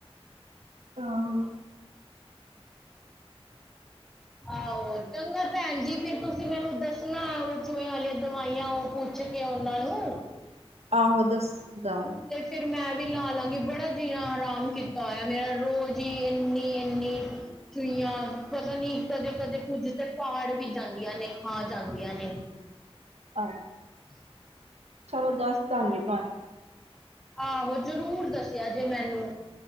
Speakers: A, on the right; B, in the centre.
A: <unintelligible>
B: ਆਹੋ ਚੰਗਾ ਭੈਣ ਜੀ ਫੇਰ ਤੁਸੀਂ ਮੈਨੂੰ ਦੱਸਣਾ, ਓ ਚੂਇਆ ਵਾਲੀਆਂ ਦਵਾਈਆਂ ਓ ਪੁੱਛਕੇ ਕੇ ਓਨਾਂ ਨੂੰ।
A: ਆਹੋ ਦੱਸ ਦਾਂ
B: ਤੇ ਫੇਰ ਮੈਂ ਵੀ ਲਾ ਲਾਂਗੀ ਬੜਾ ਜੀਣਾ ਹਰਾਮ ਕੀਤਾ ਹੋਇਆ ਮੇਰਾ ਰੋਜ਼ ਈ ਏਨੀ ਏਨੀ ਚੂਈਆਂ ਪਤਾ ਨੀ ਕਦੇ ਕਦੇ ਕੁੱਝ ਤੇ ਪਾੜ ਵੀ ਜਾਂਦੀਆਂ ਨੇ ਖਾ ਜਾਂਦੀਆਂ ਨੇ।
A: ਆ
B: <inaudible>
A: ਚਲੋ ਦੱਸ ਦਾਂਗੀ ਤੁਆਨੂੰ।
B: ਆਹੋ ਜ਼ਰੂਰ ਦੱਸਿਆ ਜੇ ਮੈਨੂੰ।